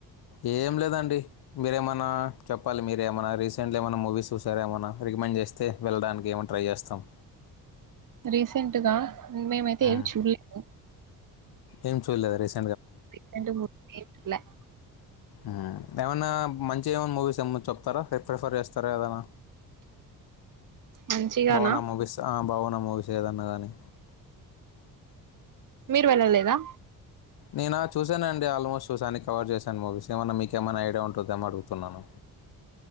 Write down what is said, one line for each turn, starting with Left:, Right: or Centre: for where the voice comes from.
Left: ఏం లేదండి మీరేమన్నా చెప్పాలి మీరేమనా రీసెంట్గా ఏమైన్నా మూవీస్ చూసార ఏమనా రికమెండ్ చేస్తే వెళ్ళడానికి ఏమన్నా ట్రై చేస్తాం
Right: రీసెంట్గా మేమైతే
Left: ఉమ్,
Right: ఏం చూడలేదు
Left: ఏం చూల్ లేదా రీస్
Right: రీసెంట్ మూవీస్ <unintelligible>
Left: ఉమ్ ఏమనా మంచి చేవన్ మూవిస్ ఎ మన్నా చెప్తారా ప్రిఫర్ చేస్తారు సరే అదనా
Right: మంచిగానా
Left: బాగున్నా మూవీస్ బాగున్ ఆ మూవీస్ ఏదైనా కానీ
Right: మీరు వెళ్ళలేదా
Left: నేను చూశాన అండి ఆల్మోస్ట్ చూశాను కవర్ చేశాను మూవీస్ ఏమన్నా మీకేమైనా ఐడియా ఉంటుంద ఏమో అడుగుతున్నాను